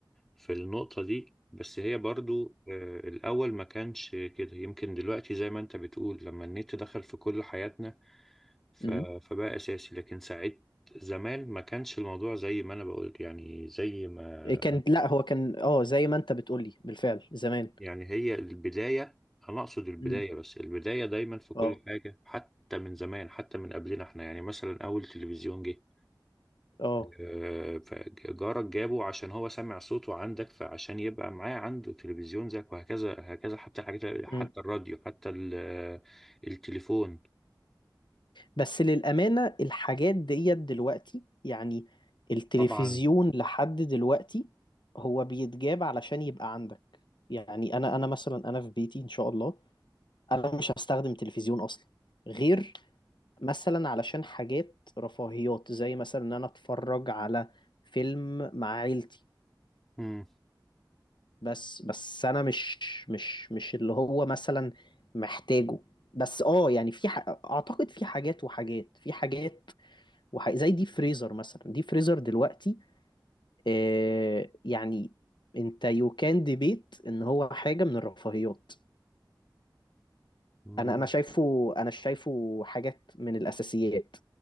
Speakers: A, in the centre; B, on the left.
A: في النقطة دي بس هي برضو آه، الأول ما كانش كده يمكن دلوقتي زي ما أنت بتقول لما النت دخل في كل حياتنا ف-
B: امم
A: فبقى أساسي لكن ساعات زمان ما كانش الموضوع زي ما أنا بقول يعني زي ما
B: كان لا هو كان اه زي ما انت بتقولي بالفعل زمان
A: يعني هي البداية أنا أقصد البداية
B: مم.
A: بس البداية دايما في كل
B: اه
A: حاجة حتى من زمان حتى من قبلنا إحنا يعني مثلا أول تلفزيون جه
B: اه
A: آه، فجارك جابه عشان هو سمع صوته عندك فعشان يبقى معاه عنده تلفزيون زيك وهكذا هكذا حتى الحاجات حتى
B: مم.
A: الراديو حتى ال- آه، التليفون
B: بس للأمانة الحاجات ديت دلوقتي يعني التلفزيون
A: طبعا
B: لحد دلوقتي هو بيتجاب علشان يبقى عندك يعني انا انا مثلا انا في بيتي ان شاء الله انا مش هستخدم تلفزيون اصلا غير مثلا علشان حاجات رفاهيات زي مثلا ان انا اتفرج على فيلم مع عيلتي
A: مم.
B: بس بس انا مش مش مش اللي هو مثلا محتاجه بس اه يعني في ح... اعتقد في حاجات وحاجات في حاجات وح... زي دي فريزر مثلا دي فريزر دلوقتي آه يعني انت يو كان ديبيت ان هو حاجة من الرفاهيات
A: مم.
B: انا انا شايفه انا شايفه حاجات من الاساسيات